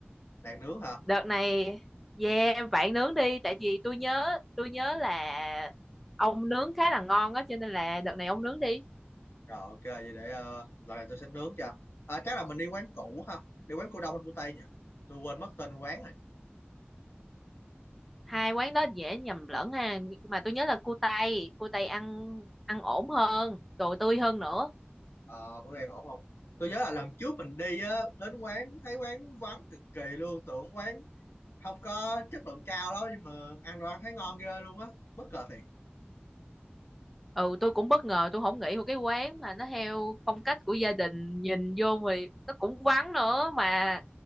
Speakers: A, on the left (about 75°); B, in the centre.
A: Đàn nướng hả
B: đợt này yeah bạn nướng đi tại vì tôi nhớ tôi nhớ là ông nướng khá là ngon á cho nên là đợt này ông nướng đi
A: rồi ok vậy để uh, lần này tôi sẽ nướng cho à, chắc là mình đi quán cũ ha đi quán cô Đông hay cô Tây nhỉ tôi quên mất tên quán rồi
B: hai quán đó dễ nhầm lẫn ha mà tôi nhớ là cua tay cua tay ăn ăn ổn hơn đồ tươi hơn nữa
A: ờ có nghe ổn không tôi nhớ là lần trước mình đi á đến quán thấy quán vắng cực kỳ luôn tưởng quán không có chất lượng cao đó nhưng mà ăn đồ ăn thấy ngon ghê luôn á bất ngờ thiệt
B: ừ tôi cũng bất ngờ tôi không nghĩ một cái quán mà nó theo phong cách của gia đình nhìn vô thì nó cũng vắng nữa mà